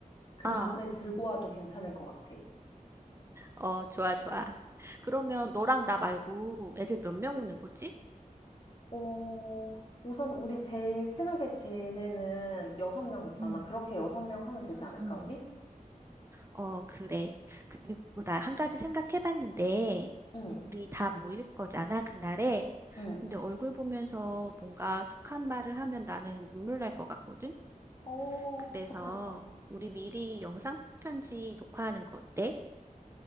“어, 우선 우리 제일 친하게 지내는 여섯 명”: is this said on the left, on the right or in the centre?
Left